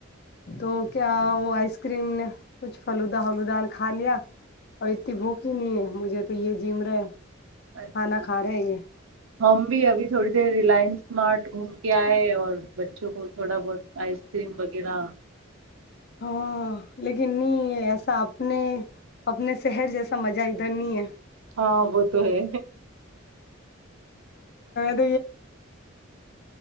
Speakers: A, on the left (about 50°); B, on the right (about 75°).
A: تو کیا وہ آئس کریم نے کچھ فلودا ولودا کھا لیا اورتی بوک نہیں مجھے تو یہ جم رہے
B: اچھا
A: کھانا رہا ہے یہ
B: ہم بھی ابھی تھوڑی دیر ریلائنس اسارٹ گھوم کے آئے اور بچوں کو تھوڑا بہت آئس کریم وغیرہ
A: ہاں لیکن نہیں ایسا آپ اپنے اپنے شہر جیسا مزہ ادھر نہیں ہے
B: ہاں وہ تو ہے
A: ت